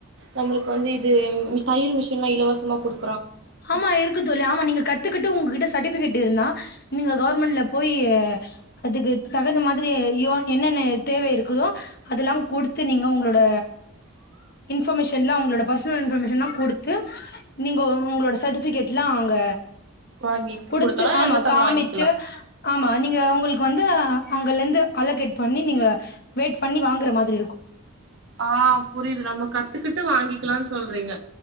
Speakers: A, on the right (about 60°); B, on the left (about 50°).
A: நம்மளுக்கு வந்து இது தயல் மிஷன் சும்மா இலவசமா குடு
B: ஆமா இருக்கு தோழி ஆமா நீங்க கத்துக்குட்டு உங்ககிட்ட சர்டிபிகேட் இருந்தா நீங்க கவர்மெண்ட்ல போயி அதுக்கு தகுந்த மாதிரி யோன் என்னென்ன தேவை இருக்குதோ அதெல்லாம் குடுத்து நீங்க உங்களோட
A: ஆஹ
B: இன்ஃபர்மேஷன்லாம் உங்களோட பர்சனல் இன்ஃபர்மேஷன்லாம் குடுத்து நீங்க உங்களோட சர்டிஃபிகேட்லாம் அங்க
A: வாங்கி
B: குடுத்து
A: குடுத்தோனா
B: ஆமா
A: வந்து தம்
B: காமிச்சு
A: வாங்கிக்கலா
B: ஆமா நீங்க உங்களுக்கு வந்து அங்கலந்து அலகேட் பண்ணி நீங்க வெயிட் பண்ணி வாங்கற மாதிரி இருக்கு
A: ஆ புரியிது நம்ம கத்துக்கிட்டு வாங்கிக்கலான் சொல்றீங்க